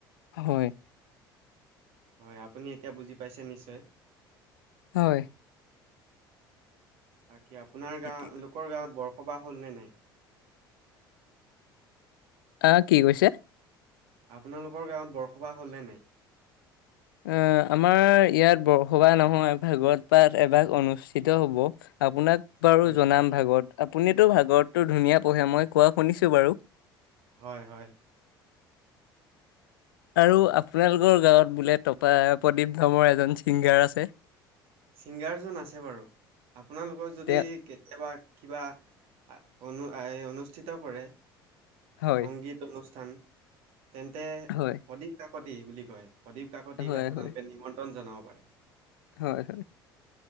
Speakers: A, on the left; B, on the right.
A: হয়।
B: হয়, আপুনি এতিয়া বুজি পাইছে নিশ্চয়।
A: হয়।
B: বাকী আপোনাৰ
A: খেতি
B: গাঁৱ লোকৰ গাঁৱত বৰসবাহ হ'লনে নাই?
A: আহ কি কৈছে?
B: আপোনালোকৰ গাঁৱত বৰসবাহ হ'ল নে নাই?
A: আ, আমাৰ ইয়াত বৰসবাহ নহয়, ভাগৱত পাথ এভাগ অনুষ্ঠিত হব। আপোনাক বাৰু
B: হয়
A: জনাম ভাগৱত, আপুনিতো ভাগৱতটো ধুনীয়া পঢ়ে, মই কোৱা শুনিছো বাৰু।
B: হয় হয়।
A: আৰু আপোনালোকৰ গাঁৱত বোলে টপা, প্ৰদীপ ধামৰ এজন ছিংগাৰ আছে?
B: ছিংগাৰজন আছে বাৰু, আপোনালোকৰ যদি-
A: তেওঁ
B: কেতিয়াবা কিবা, অনু-অনুষ্ঠিত কৰে
A: হয়
B: সংগীত। অনুষ্ঠান, তেন্তে
A: হয়
B: প্ৰদীপ কাকতি বুলি কয়। প্ৰদীপ কাকতিক
A: হয়
B: আপোনালোকে
A: হয়
B: নিমন্ত্ৰণ জনাব পাৰে?
A: হয়।